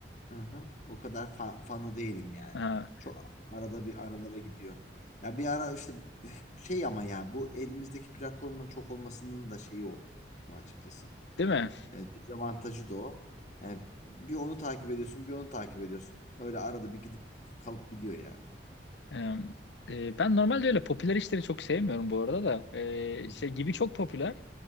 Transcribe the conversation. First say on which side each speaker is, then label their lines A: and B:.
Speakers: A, on the left (about 40°); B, on the left (about 80°).
A: Hı-hı. O kadar fan, fanı değilim yani.
B: Ha.
A: Çok arada bir aralara gidiyor. Ya bir ara işte şey ama ya bu elimizdeki platformların çok olmasının da şeyi o o açıkçası.
B: Değil mi?
A: E, dezavantajı da o. E, bir onu takip ediyorsun, bir onu takip ediyorsun. Öyle arada bir gidip kalıp gidiyor yani.
B: Ee, e, ben normalde öyle popüler işleri çok sevmiyorum bu arada da. Ee,
A: Hı-hı.
B: şey gibi çok popüler.